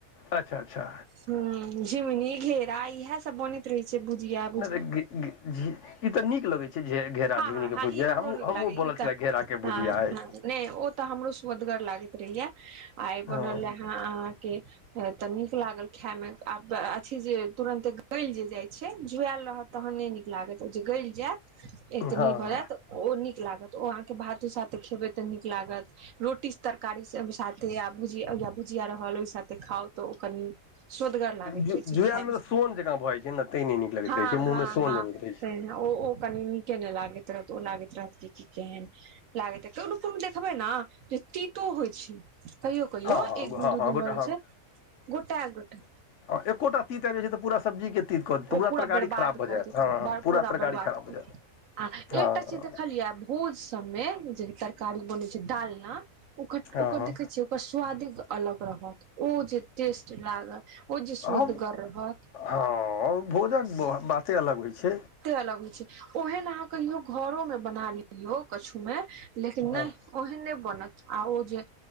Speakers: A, on the left; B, on the right.
A: अच्छा अच्छा
B: हू झिमनी घेरा इह सबो ने रहै छै बुझिया
A: नहि त ई तऽ नीक लगे छै घा
B: हँ
A: झीगुनी
B: हँ हँ
A: के भुजिया
B: ई हमरो
A: हम
B: नीक
A: हमहूँ
B: लागैया
A: बोल
B: ई तऽ
A: छलै घेरा के
B: हँ
A: भुजिया
B: हँ
A: है
B: नहि ओ तऽ हमरो सुदगर लागैत रहहिया आ ई
A: हँ
B: बनल रहेा अहाँकेँ तऽ नीक लागल खाय मे आ अथी जे तुरंत गल जे जाय छै जुआ रह तहन नहि नीक लागत जे गल जायत। भऽ
A: हँ
B: जायत ओ नीक लागत ओ अहाँकेँ भात उसातऽ खेबै तऽ नीक लागत रोटी तरकार कारी साथे आ भुजया भुजिया रहल ओहि साथे खाउ तऽ ओ कनि। सुन्दर लागे
A: जुआएलमे
B: छै ख
A: तऽ सोन जकाँ भऽ जाइ छै ने तैँ नहि नीक लगैत
B: ह,
A: रहै छै मुँहमे
B: ह,
A: सोन
B: ह,
A: अबैत रहै छै
B: त ओ ओ कनि नीके नहि लागैत रहत ओ लागैत रहत कि केहन। लागे ओ रप देखबै ने जे ततो होइ। कहियो कहियो
A: हँ हँ
B: एक दिन
A: हँ
B: दू
A: हँ
B: दिन
A: गोटा
B: बर छै गोटाे गोटाे।
A: आ एकोटा तीत आबि छै तऽ पूरा सब्जीके तीत। कऽ देत
B: ओ पूरा
A: तरकारी
B: बरबाद
A: खराब भऽ
B: कऽ
A: जायत
B: देथि
A: हँ हँ
B: पूरा
A: तरकारी
B: बर्बाद
A: खराब
B: कऽ
A: भऽ जायत
B: देथि। आ
A: हँ
B: एकटा चिज़ देखलिये भोज सभ मे जे तरकारी बन छै डालना ओ
A: हँ
B: ओकर देखे छ ओकर स्वादे अलग रहत ओ जे टेस्ट लाग ओ जे
A: हँ
B: सुदगर रहत।
A: हँ भोजक बाते अलग होइ छै।
B: अलग होइ छै ओहन अहाँ कहियौ घरो मे बना लियौ कछु मे लेकिन
A: हँ
B: नहि ओहन्द नहि बनत आउ ज